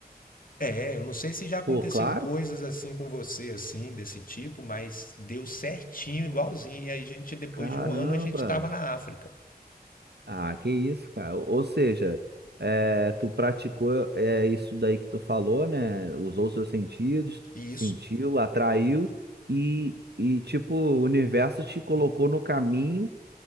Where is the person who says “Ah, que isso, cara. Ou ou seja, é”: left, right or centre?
Right